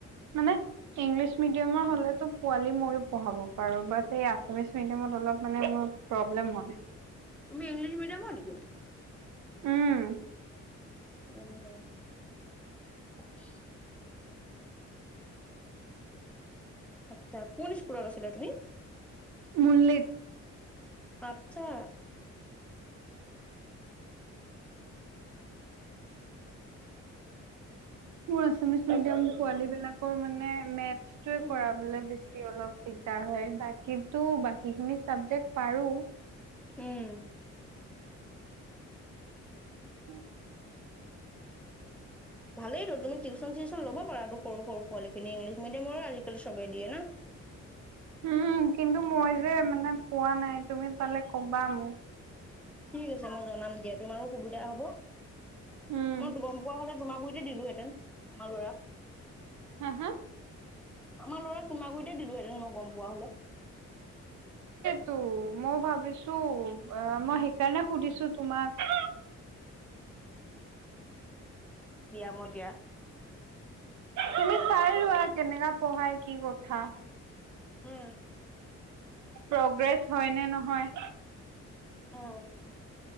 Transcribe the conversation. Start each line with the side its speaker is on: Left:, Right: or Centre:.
Right: মানে ইংলিছ মিডিয়ামৰ হলেতো পোৱালি ময়ো পঢ়াব পাৰো বাট এই আছামিছ মিডিয়ামত অলপ মানে ম প্ৰব্লেম হয়
Centre: তুমি ইংলিছ মিডিয়ামৰ নেকি
Right: উম
Centre: অ আচ্ছা কোন স্কুলত আছিলা তুমি
Right: মুল্লিত
Centre: আত্ছা
Right: মোৰ আছামিছ
Centre: সেইটো
Right: মিডিয়াম
Centre: কথা।
Right: পোৱালি বিলাকৰ মানে মেথছটোয়ে
Centre: উম,
Right: কৰাবলে বেছি অলপ দিগদাৰ হয় বাকীটো বাকী খিনি চাবজেক্ট পাৰো
Centre: উম।
Right: উম <unintelligible> <inaudible>
Centre: ভালেইটো তুমি টিউচন চিউচন ল'ব পাৰাটো সৰু সৰু পোৱালখিনি, ইংলিছ মিডিয়ামৰ আজিকালি চবেই দিয়ে না।
Right: <inaudible> উম কিন্তু মই যে মানে পোৱা নাই তুমি পালে কবা মোক
Centre: ঠিক আছে মই জনাম দিয়া, তোমাৰো সুবিধা হ'ব।
Right: উম
Centre: মই গম পোৱা হলে তোমাৰগুৰিতে দিলো হেতেন আমাৰ ল'ৰাক
Right: হা হা?
Centre: আমাৰ ল'ৰা তোমাগুৰিতে দিলোহেঁতেন মই গম পোৱা হলে
Right: তো মই ভাবিছো অ মই সেইকাৰণে সুধিছো তোমাক। <inaudible>
Centre: অ দিয়া
Right: তুমি চাই লোৱা কেনেকা পঢ়াই কি কথা
Centre: উম।
Right: প্ৰগ্ৰেছ হয় নে নহয়
Centre: অ